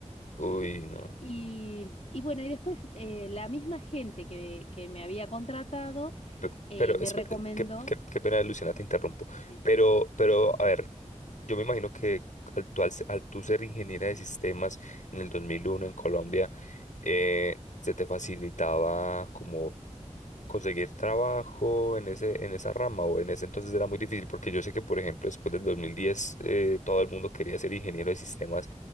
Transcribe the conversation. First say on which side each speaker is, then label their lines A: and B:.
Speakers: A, on the left; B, on the left.
A: Uy, no.
B: Y, y bueno, y después eh, la misma gente que, que me había contratado
A: Pe-
B: eh,
A: Pero,
B: me
A: espe-
B: recomendó.
A: eh, qué, qué, qué pena, Luciana, te interrumpo.
B: Sí.
A: Pero, pero, a ver, yo me imagino que al, tú- al, se- al tú ser ingeniera de sistemas en el 2001 en Colombia, eh, ¿se te facilitaba como conseguir trabajo en ese, en esa rama o en ese entonces era muy difícil? Porque yo sé que, por ejemplo, después del 2010, eh, todo el mundo quería ser ingeniero de sistemas